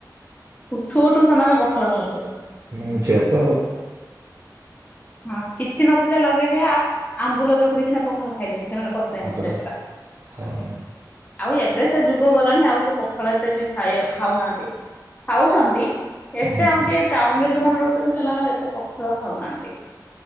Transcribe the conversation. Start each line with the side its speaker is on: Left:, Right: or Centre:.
Left: ଉଠୁ ଉଠୁ ସେମାନେ ପଖାଳ ଖାଉଥିବେ।
Right: ହୁଁ ସେଇଆତ।
Left: ହଁ କିଛି ନଥିଲେ ଲଗେଇଖିଆ ଆମ୍ୱୁଲ ଚକୁଡିକିନା ପଖାଳ ଖାଇଦିଅନ୍ତି ସେମାନେ କସାଏ
Right: ତାପରେ
Left: କସାଏ ପୁରା।
Right: ହଁ।
Left: ଆଉ ଏବେ ସେ ଯୁଗ ଗଲାଣି ଆଉ କିଏ ପଖାଳ ଏତେ ବି ଖାଇ ଖାଉନାହାନ୍ତି। ଖାଉଛନ୍ତି
Right: ହୁଁ
Left: ଏତେ ଆଉ
Right: ହୁଁ
Left: କିଏ ଟାଉନରେ ଯୋଉମାନେ ରହୁଛନ୍ତି ସେମାନେ ଆଉ ଏତେ ପଖାଳ ଖାଉନାହାନ୍ତି।